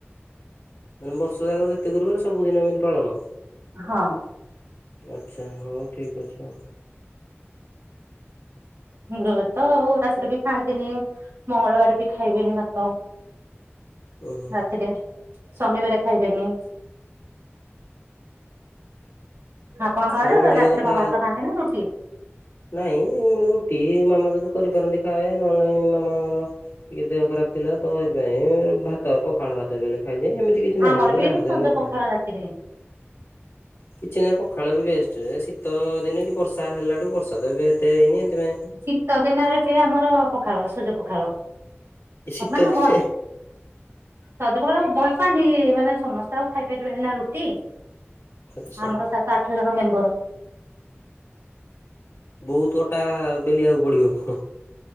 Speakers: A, on the left; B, on the right.
A: ମାନେ ବର୍ଷ ଜାଗାରେ ଯେତେ କରିବାରେ ସବୁଦିନ ଏମିତି ପାଳନ।
B: ହଁ।
A: ଆଚ୍ଛା ହଉ ଠିକ୍ ଅଛି ଆଉ।
B: ଗୁରୁବାର ତ ଆଉ ରାତିରେ ବି ଖାଆନ୍ତିନି ମଙ୍ଗଳବାର ବି ଖାଇବେନି ଭାତ‌।
A: ଓହୋ
B: ରାତିରେ ଶନିବାର ଖାଇବେନି। ଆପଣଙ୍କ
A: ହଉ
B: ଆଡେ
A: ଭଲ
B: ରାତିରେ
A: କଥା
B: କଣ ଭାତ ଖାଆନ୍ତି ନା ରୁଟି।
A: ନାଇଁ ରୁଟି ମାମା ଯଦି କରିପାରନ୍ତି ଖାଏ ନହେଲେ ନାଇଁ ମାମାଙ୍କ ଟିକେ ଦେହ ଖରାପ ଥିଲା ତ ହେଥିପାଇଁ ଭାତ ପଖାଳ ଭାତ। କେତେବେଲେ ଖାଇଦିଏ ହେମିତି କିଛି ନାହିଁ
B: ଆମର
A: ମୁଁତ
B: ବି
A: ଯାହା
B: ଏଠି
A: ଦେଲେ
B: ସଜ
A: ମୁଁ
B: ପଖାଳ
A: ଖାଏ।
B: ରାତିରେ
A: କିଛି ନାହିଁ ପଖାଳ ବି ବେଷ୍ଟ ଶୀତ ଦିନେ କି ବର୍ଷା ହେଲାଠୁ ବର୍ଷ <unintelligible> ହେଇତି ପାଇଁ
B: ଶୀତ ଦିନରେ ଵି ଆମର ପଖାଳ ସଜ ପଖାଳ
A: ଏ ଶୀତ
B: ମାନେ
A: ଦିନେ
B: ଗ ସଜ ପଖାଳ ଭଲ ପାଆନ୍ତି ମାନେ ସମସ୍ତେ ଆଉ ଖାଇପାରିବେନ ନା ରୁଟି।
A: ଆଚ୍ଛା
B: ଆମର ସାତ ଆଠ ଜଣ ମେମ୍ବର
A: ବହୁତ ଅଟା ବେଲିବାକୁ ପଡିବ। ହଁ